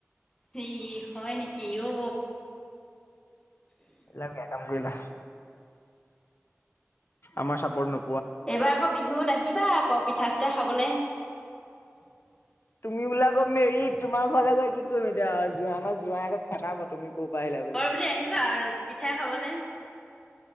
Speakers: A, on the left; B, on the left.
A: সেই হয় নেকি ঔ।
B: এলাহ গৈয়া কাম কৰিলা আমাৰ চাপৰ্ট নো
A: এইবাৰ আকৌ বিহুত আহিবা আকৌ পিঠা চিঠা খাব খাবলে
B: তুমি বোলা আকৌ মেৰিত তোমাৰ ঘৰলৈ গৈ কি কৰিম এতিয়া জোৱাই ন জোৱাই আকৌ খেদাব তুমি ক'ৰ পৰা আহিলা
A: লগৰ বুলি আহিবা আৰু পিঠাই খাবলে